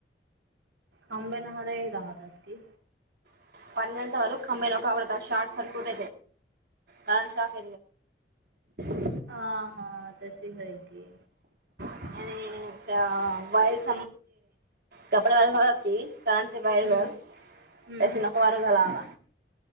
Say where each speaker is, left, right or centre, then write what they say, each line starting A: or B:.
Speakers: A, on the right; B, on the right.
A: खम्बेनला राहत असती
B: <unintelligible> शाॅट सर्कीट कारण शाॅक <unintelligible>
A: हा हा तशी होय की
B: आणि त्या वायर <unintelligible> कपडे वाळत घालव लागतय कारण ते बाहेर
A: हं,
B: घाल
A: हं.
B: त्याशी नको वार घाला आला